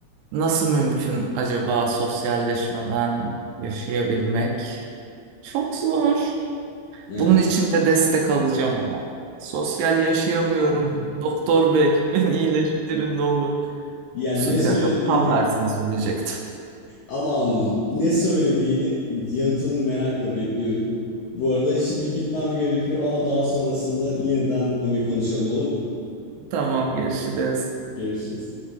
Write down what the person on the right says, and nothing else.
nasıl mümkün acaba sosyalleşmeden yaşayabilmek? Çok zor.
Bunun için de destek alacağım ama. Sosyal yaşayamıyorum.
Doktor bey <laughs> beni iyileştirin ne olur.
Bir
dakika tam tersini söyleyecektim.
<laughs> Tamam görüşürüz.